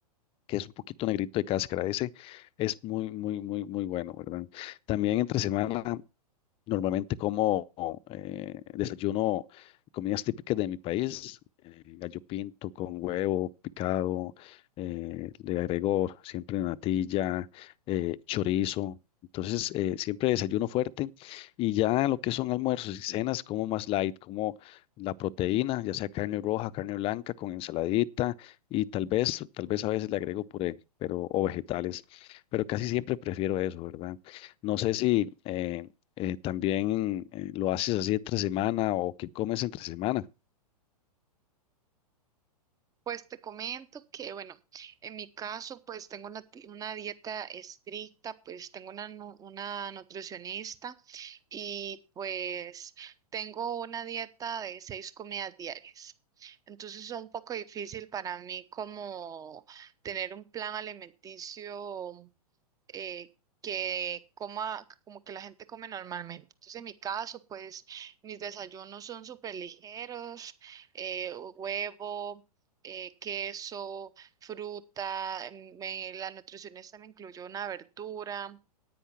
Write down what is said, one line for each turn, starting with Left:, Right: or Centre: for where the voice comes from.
Left: que es un poquito negrito de cáscara, ese es muy, muy, muy, muy bueno, ¿verdad? También entre semana Normalmente como eh, desayuno comidas típicas de mi país, eh, gallo pinto con huevo picado, eh, le agrego siempre natilla, eh, chorizo. Entonces, eh, siempre desayuno fuerte y ya lo que son almuerzos y cenas, como más light, como la proteína, ya sea carne roja, carne blanca, con ensaladita y tal vez, tal vez a veces le agrego puré, pero, o vegetales, pero casi siempre prefiero eso, ¿verdad? No sé si eh, eh, también eh, lo haces así entre semana o qué comes entre semana.
Right: Pues te comento que bueno, en mi caso pues tengo una, ti- una dieta estricta, pues tengo una, nu- una nutricionista. y pues tengo una dieta de seis comidas diarias. Entonces es un poco difícil para mí como tener un plan alimenticio eh, que coma como que la gente come normalmente. Entonces en mi caso, pues mis desayunos son súper ligeros, eh, huevo. eh, queso, fruta, me- la nutricionista me incluyó una verdura,